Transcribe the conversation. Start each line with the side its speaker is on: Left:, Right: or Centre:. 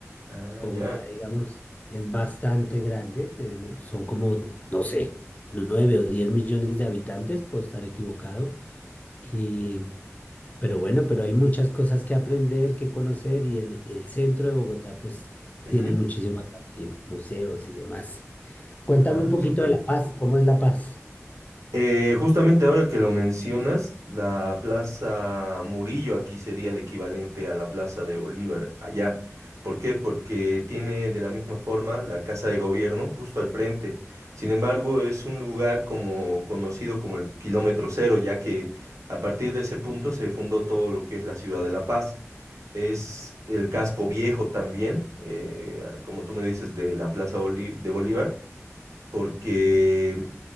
Right: Ah,
Left: Bogotá,
Right: ya.
Left: digamos, es bastante grande, tenemos, son como, no sé, nueve o diez millones de habitantes, puedo estar equivocado, y, pero bueno, pero hay muchas cosas que aprender, que conocer y el, el centro de Bogotá pues
Right: Ujú.
Left: tiene muchísimo atractivo, museos y demás. Cuéntame
Right: Ah,
Left: un poquito
Right: súper.
Left: de La Paz, ¿cómo es La Paz?
Right: Eh, justamente ahora que lo mencionas, la Plaza Murillo aquí sería el equivalente a la Plaza de Bolívar allá. ¿Por qué? Porque tiene de la misma forma la Casa de Gobierno justo al frente. Sin embargo, es un lugar como conocido como el kilómetro cero, ya que a partir de ese punto se fundó todo lo que es la ciudad de La Paz. Es el casco viejo también, eh, como tú me dices, de la Plaza Bolí- de Bolívar porque